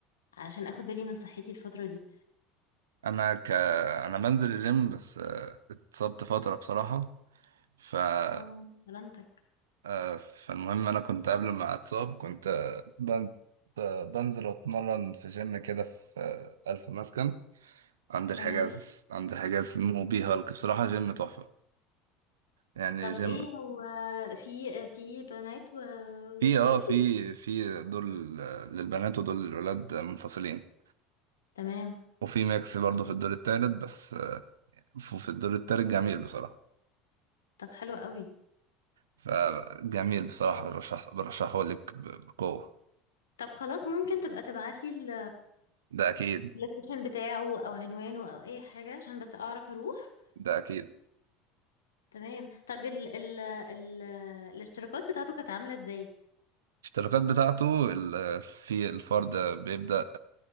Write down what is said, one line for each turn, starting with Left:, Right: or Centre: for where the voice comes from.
Left: علشان اخد بالي من صحتي الفتره دي
Right: انا ك انا بنزل الجيم بس آه، اتصبت فتره بصراحه فانا
Left: اه سلامتك
Right: آه، فالمهم انا كنت قبل ما اتصاب كنت آه، بن... ب- بنزل اتمرن في جيم كده في آه، الف مسكن عند الحجاز
Left: تمام
Right: عند الحجاز في موبي هالك بصراحه جيم تحفه يعني
Left: طب
Right: جيم
Left: ايه هو في آه، في بنات و- وولاد
Right: في اه في في دول آه، للبنات ودول للولاد منفصلين
Left: تمام
Right: وفي ميكس برضه في الدور التالت بس آه، في في الدور التالت جميل بصراحه
Left: طب حلو قوي
Right: فجميل بصراحة برشح برشحه لك ب- بقوة
Left: طب خلاص ممكن تبقى تبعتلي ال
Right: ده أكيد
Left: اللوكيشن بتاعه او عنوانه او اي حاجة عشان بس اعرف اروح
Right: ده أكيد
Left: تمام طب ال ال ال الاشتراكات بتاعته كانت عاملة ازاي
Right: الاشتراكات بتاعته ال- في الفرد بيبدأ